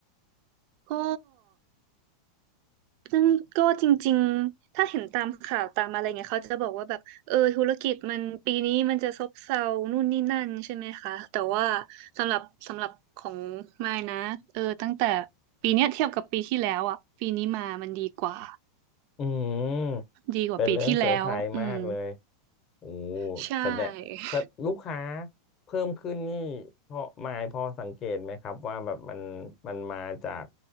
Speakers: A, on the right; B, on the left.
A: ก็ ซึ่งก็จริงๆ ถ้าเห็นตามข่าวตามอะไรเงี้ยเขาจะบอกว่าแบบเออธุรกิจมันปีนี้มันจะซบเซานู่นนี่นั่นใช่ไหมคะแต่ว่าสำหรับสำหรับของมายนะเออตั้งแต่ปีเนี้ยเทียบกับปีที่แล้วอ่ะปีนี้มามันดีกว่า
B: อืมเป็นเรื่องเซอร์ไพรส์มากเลย
A: ดีกว่าปีที่แล้วอืม
B: โอ้
A: ใช่
B: แสดงแสดลูกค้าเพิ่มขึ้นนี่พอมายพอสังเกตไหมครับว่าแบบมันมันมาจาก